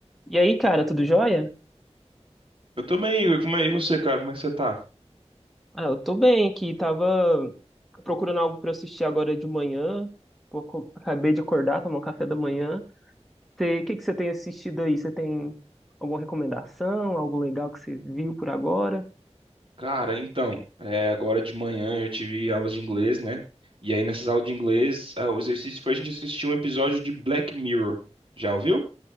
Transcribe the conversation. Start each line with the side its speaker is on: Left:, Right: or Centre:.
Centre: E aí, cara, tudo jóia?
Right: Eu também, Igor. Como é e você, cara? Como é que você tá?
Centre: Ah, eu tô bem aqui, tava procurando algo pra assistir agora de manhã. Pô, co- acabei de acordar, tomar um café da manhã. Você- O que que você tem assistido aí? Você tem alguma recomendação, algo legal que você viu por agora?
Right: Cara, então, é, agora de manhã eu tive aulas de inglês, né? E aí nessas aulas de inglês, ah, o exercício foi a gente assistir um episódio de Black Mirror. Já ouviu?